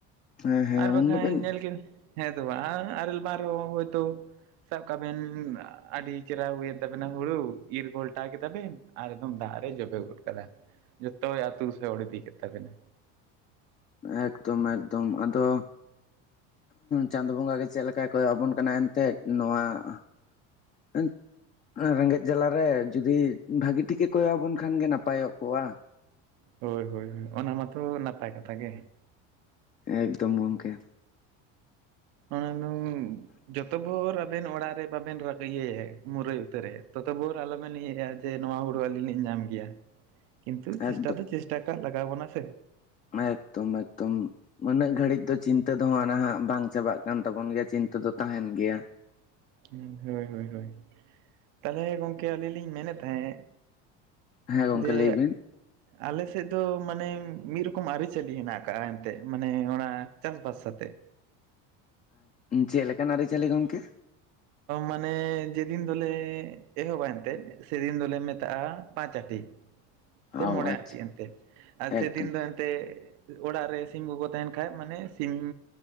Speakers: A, on the left; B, on the right.
A: ᱦᱮᱸ ᱦᱮᱸ
B: ᱟᱨ ᱵᱟᱠᱷᱡ
A: ᱩᱱ ᱫᱚᱵᱮᱱ
B: ᱧᱮᱞ ᱦᱮ ᱥᱮ ᱵᱟᱝ ᱟᱹᱨᱮᱞ ᱵᱟᱝ ᱨᱮᱦᱚ ᱦᱳᱭᱛᱚ ᱥᱟᱵ ᱠᱟᱜ ᱵᱮᱱ ᱟᱹᱰᱤ ᱪᱮᱨ ᱦᱟ ᱦᱩᱭᱮᱱ ᱛᱟᱵᱮ ᱱᱟ ᱦᱩᱲᱩ ᱤᱨ ᱜᱷᱚᱞᱴᱟᱣ ᱠᱮᱫᱟ ᱵᱮᱱ ᱟᱨ ᱮᱠᱫᱚᱢ ᱫᱟᱜ ᱨᱮ ᱡᱚᱵᱮ ᱜᱚᱫ ᱠᱟᱫᱟᱭ᱾ ᱡᱚᱛᱚ ᱟᱛᱩ ᱥᱮᱭᱚᱲ ᱤᱫᱤ ᱠᱮᱫ ᱛᱟᱵᱮ ᱱᱟ᱾
A: ᱮᱠᱫᱚᱢ-ᱮᱠᱫᱚᱢ ᱟᱫᱚ ᱪᱟᱸᱫᱚ ᱵᱚᱸᱜᱟ ᱜᱮ ᱪᱮᱫ ᱞᱮᱠᱟᱭ ᱠᱚᱭᱚᱜ ᱟᱵᱚᱱ ᱠᱟᱱᱟ ᱮᱱᱛᱮᱫ ᱱᱚᱣᱟ <unintelligible> ᱨᱮᱸᱜᱮᱡ ᱡᱟᱞᱟ ᱨᱮ ᱡᱩᱫᱤ ᱵᱷᱟᱹᱜᱤ ᱴᱷᱤᱠ ᱮ ᱠᱚᱭᱚᱜ ᱟᱵᱚᱱ ᱠᱷᱟᱱ ᱜᱮ ᱱᱟᱯᱟᱭ ᱠᱚᱜᱼᱟ᱾
B: ᱦᱳᱭ ᱦᱳᱭ ᱚᱱᱟ ᱢᱟᱛᱚ ᱱᱟᱯᱟᱭ ᱠᱟᱛᱷᱟ ᱜᱮ᱾
A: ᱮᱠᱫᱚᱢ ᱜᱚᱝᱠᱮ
B: ᱚᱱᱟ <unintelligible> ᱡᱚᱛᱚ ᱵᱷᱳᱨ ᱟᱵᱮᱱ ᱚᱲᱟᱜ ᱨᱮ ᱵᱟᱵᱮᱱ ᱤᱭᱟᱹᱭᱟ, ᱢᱩᱨᱟᱹᱭ ᱩᱛᱟᱹᱨ ᱮᱫ ᱛᱚ ᱛᱚ ᱵᱷᱳᱨ ᱟᱞᱚ ᱵᱮᱱ ᱤᱭᱟᱹᱭᱟ ᱥᱮ ᱱᱚᱣᱟ ᱦᱩᱲᱩ ᱟᱹᱞᱤᱧ ᱞᱤᱧ ᱧᱟᱢ ᱜᱮᱭᱟ᱾
A: <inaudible>
B: ᱠᱤᱱᱛᱩ ᱪᱮᱥᱴᱟ
A: ᱮᱠᱫᱚᱢ
B: ᱫᱚ ᱪᱮᱥᱴᱟ ᱠᱟᱜ ᱞᱟᱜᱟᱣ ᱵᱚᱱᱟ ᱥᱮ
A: ᱮᱠᱫᱚᱢ ᱮᱠᱫᱚᱢ ᱢᱟᱱᱮ ᱩᱱᱟᱹᱜ ᱜᱷᱟᱹᱲᱤᱡ ᱫᱚ ᱪᱤᱱᱛᱟᱹ ᱫᱚ ᱱᱟᱦᱟᱜ ᱵᱟᱝ ᱪᱟᱵᱟᱜ ᱠᱟᱱ ᱛᱟᱵᱚᱱ ᱜᱮᱭᱟ ᱪᱤᱱᱛᱟᱹ ᱫᱚ ᱛᱟᱦᱮᱱ ᱜᱮᱭᱟ᱾
B: ᱦᱩᱸ ᱦᱳᱭ ᱦᱳᱭ ᱦᱳᱭ ᱛᱟᱦᱚᱞᱮ ᱜᱚᱝᱠᱮ ᱟᱹᱞᱤᱧ ᱞᱤᱧ ᱢᱮᱱᱮᱫ ᱛᱟᱦᱮᱸᱫ
A: ᱦᱮᱸ ᱜᱚᱝᱠᱮ
B: ᱡᱮ
A: ᱞᱟᱹᱭ ᱵᱤᱱ
B: ᱟᱞᱮᱥᱮᱫ ᱫᱚ ᱢᱟᱱᱮ ᱢᱤᱫ ᱨᱚᱠᱚᱢ ᱟᱹᱨᱤ ᱪᱟᱹᱞᱤ ᱦᱮᱱᱟᱜ ᱠᱟᱜ-ᱟ ᱮᱱᱛᱮᱫ ᱢᱟᱱᱮ ᱚᱱᱟ ᱪᱟᱥᱵᱟᱥ ᱥᱟᱛᱮ
A: ᱪᱮᱫ ᱞᱮᱠᱟᱱ ᱟᱹᱨᱤᱪᱟᱹᱞᱤ ᱜᱚᱝᱠᱮ?
B: ᱢᱟᱱᱮ ᱡᱮ ᱫᱤᱱ ᱫᱚᱞᱮ ᱮᱦᱚᱵᱟ ᱮᱱᱛᱮᱫ ᱥᱮᱫᱤᱱ ᱫᱚᱞᱮ ᱢᱮᱛᱟᱜ-ᱟ ᱯᱟᱸᱪ ᱟᱴᱤ ᱥᱮ
A: ᱚ
B: ᱢᱚᱬᱮ
A: ᱟᱪᱪᱷᱟ
B: ᱟᱴᱤ ᱮᱱᱛᱮ ᱟᱨ
A: ᱮᱠᱫᱚᱢ
B: ᱥᱮᱫᱤᱱ ᱫᱚ ᱛᱮ ᱚᱲᱟᱜ ᱨᱮ ᱥᱤᱢ ᱠᱚᱠᱚ ᱛᱟᱦᱮᱱ ᱠᱷᱟᱡ ᱢᱟᱱᱮ ᱥᱤᱢ